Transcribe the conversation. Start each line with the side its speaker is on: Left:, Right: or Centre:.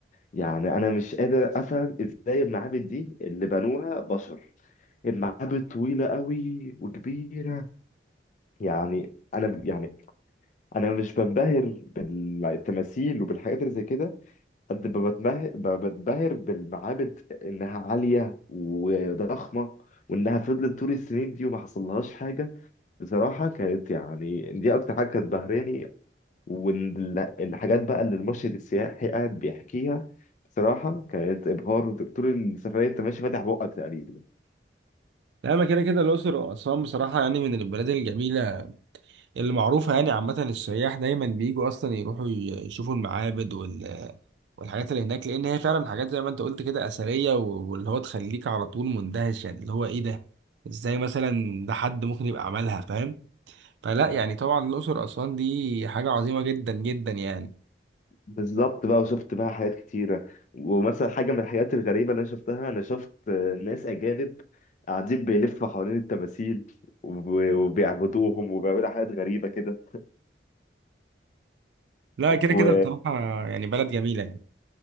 Left: يعني أنا مش قادر أفهم إزاي المعابد دي اللي بنوها بشر المعابد طويلة قوي وكبيرة يعني أنا يعني أنا مش بنبهر بالتماثيل وبالحاجات اللي زي كده قد ما بتمه- ب- بتبهر بالمعابد انها عاليه وضخمه وانها فضلت طول السنين دي وما حصلهاش حاجه بصراحه كانت يعني دي اكتر حاجه كانت بهراني والحاجات بقى اللي المرشد السياحي قاعد بيحكيها بصراحه كانت ابهار طول السفريه انت ماشي فاتح بقك تقريبا
Right: لا اما كده كده الاقصر واسوان بصراحة يعني من البلاد الجميلة اللي معروفة يعني عامة السياح دايما بيجوا اصلا يروحوا ي- يشوفوا المعابد وال- والحاجات اللي هناك لان هي فعلا حاجات زي ما انت قلت كده اثرية و- واللي هو تخليك على طول مندهش يعني اللي هو ايه ده ازاي مثلا ده حد ممكن يبقى عملها فاهم فلا يعني طبعا الاقصر واسوان دي حاجة عظيمة جدا جدا يعني
Left: بالظبط بقى وشفت بقى حاجات كتيرة ومثلا حاجة من الحاجات الغريبة اللي أنا شفتها أنا شفت آه، ناس أجانب قاعدين بيلفوا حوالين التماثيل وب- وبيعبدوهم وبيعملوا حاجات غريبة كده
Right: لا كده
Left: و...
Right: كده بصراحة يعني بلد جميلة يعني